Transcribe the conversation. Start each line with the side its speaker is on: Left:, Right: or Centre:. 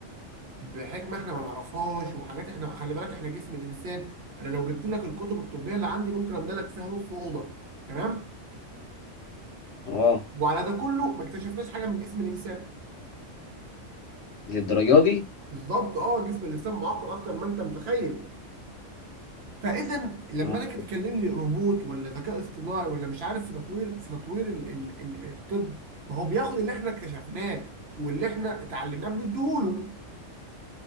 Right: بحكمه احنا ما نعرفهاش وحاجات احنا خلي بالك احنا جسم الانسان انا لو جبت لك الكتب الطبيه اللي عندي ممكن املى لك فيها نص اوضه تمام؟
Left: اه
Right: وعلى ده كله ما اكتشفناش حاجه من جسم الانسان.
Left: للدرجه دي
Right: بالظبط اه جسم الانسان معقد اكتر ما انت متخيل فاذا لما
Left: آه.
Right: انا كنت تكلم لي روبوت ولا ذكاء اصطناعي ولا مش عارف في تطوير في تطوير ال ال ال الطب ما هو بياخد اللي احنا اكتشفناه واللي احنا اتعلمناه بنديهوله